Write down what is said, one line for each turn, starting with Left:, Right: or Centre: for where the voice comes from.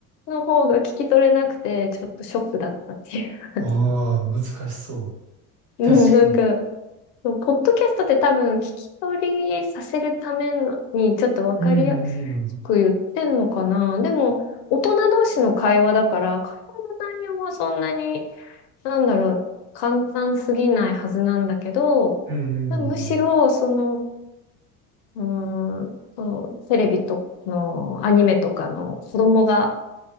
Left: の方が聞き取れなくて、ちょっとショックだったっていう。
Right: うん。ああ、難しそう。
Left: <laughs> うんなんか、
Right: 確かに。
Left: そうポッドキャストって多分聞き取りさせるためにちょっとわかりやすく言ってんのかな。
Right: うんうん
Left: でも、大人同士の会話だから、会話の内容はそんなに、なんだろう、簡単すぎないはずなんだけど、
Right: うん。うん。
Left: むしろ、その、うーん、そのテレビとのアニメとかの子供が、